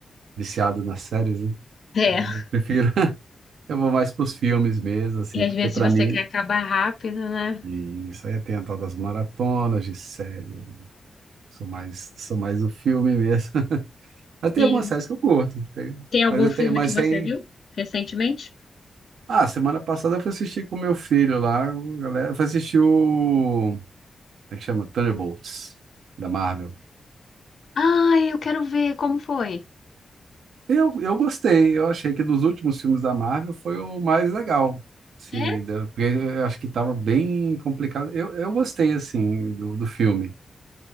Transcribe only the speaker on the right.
viciado nas séries, né?
Então eu prefiro, <laughs> eu vou mais para os filmes mesmo, assim,
porque
para
mim,
e isso aí tem a tal das maratonas de série, sou mais, sou mais do filme mesmo. <laughs> Mas tem
algumas séries que eu curto, tem-
mas eu
tenho, mas
tem...
Ah, semana passada eu fui assistir com meu filho lá, o galera, eu fui assistir o, como é que chama? Thunderbolts, da Marvel.
Eu, eu gostei, eu achei que dos últimos filmes da Marvel foi o mais legal, sim,
da- porque eu acho que estava bem complicado. Eu, eu gostei, assim, do, do filme,